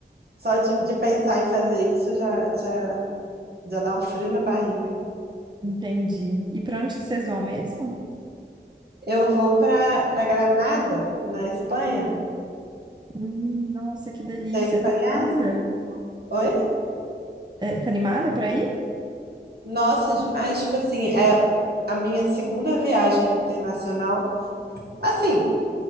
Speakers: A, on the right; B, on the right.
A: só de, de pensar em fazer isso já, já, já dá um frio na barriga.
B: Entendi. E pra onde que vocês vão mesmo?
A: Eu vou pra, pra Granada, na Espanha.
B: Hum, nossa, que delícia.
A: Você conhece?
B: Tá animada?
A: Oi?
B: É, tá animada pra ir?
A: Nossa, demais. Tipo assim, é a minha segunda viagem internacional. Assim,